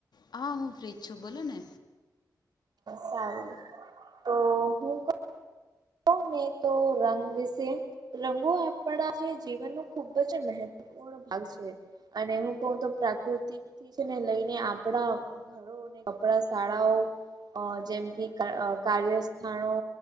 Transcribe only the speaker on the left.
હા હું ફ્રીજ છું બોલો ને